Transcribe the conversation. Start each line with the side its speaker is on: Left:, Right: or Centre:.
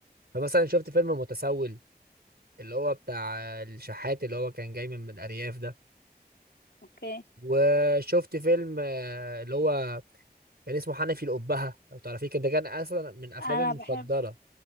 Right: فمثلا شفت فيلم المتسول اللي هو بتاع آه، الشحات اللي هو كان جاي من من الارياف ده
Left: اوكي
Right: وشفت فيلم آه، اللي هو كان اسمه حنفي الأبهة لو تعرفيه كان ده كان أصلا من أفلامي
Left: انا
Right: المفضلة
Left: بحب